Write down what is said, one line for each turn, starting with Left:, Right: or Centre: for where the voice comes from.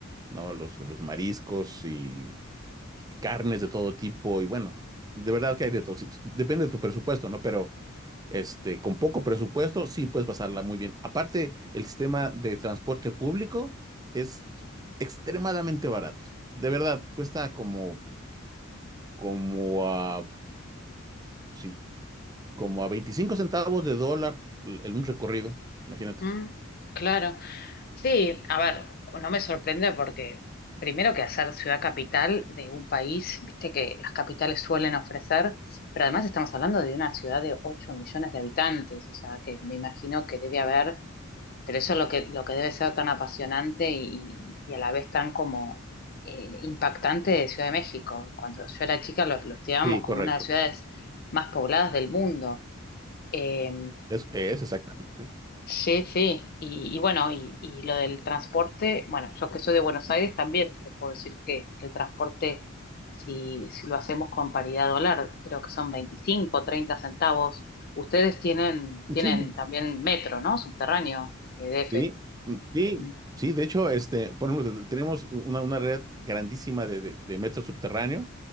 Right: ¿no? Los, los mariscos y, y carnes de todo tipo, y bueno, de verdad que hay de todo. Sí, Depende de tu presupuesto, ¿no? Pero este, con poco presupuesto, sí puedes pasarla muy bien. Aparte, el sistema de transporte público es extremadamente barato. De verdad, cuesta como, como a, cin- como a 25 centavos de dólar l- en un recorrido. Imagínate.
Left: mm, claro. Sí, a ver, no me sorprende porque primero que hacer ciudad capital de un país, viste que las capitales suelen ofrecer, pero además estamos hablando de una ciudad de 8 millones de habitantes, o sea, que me imagino que debe haber Pero eso es lo que, lo que debe ser tan apasionante y, y a la vez tan como eh, impactante de Ciudad de México. Cuando yo era chica lo, lo estudiábamos
Right: Sí,
Left: como
Right: correcto.
Left: una de las ciudades más pobladas del mundo. Eh,
Right: Es, es exactamente.
Left: sí, sí. Y, y bueno, y, y lo del transporte, bueno, yo que soy de Buenos Aires también te puedo decir que el transporte, si, si lo hacemos con paridad dólar, creo que son 25 30 centavos. Ustedes tienen, tienen
Right: Sí,
Left: también metro, ¿no? Subterráneo, EDF.
Right: Sí, mm, sí,
Left: Mm.
Right: sí, de hecho, este, por ejemplo, te- tenemos una, una red grandísima de, de- de metro subterráneo.